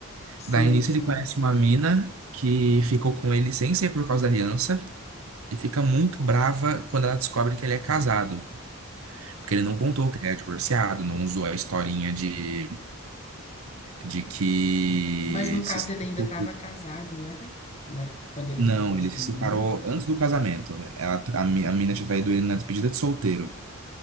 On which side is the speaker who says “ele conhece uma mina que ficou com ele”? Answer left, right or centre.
Right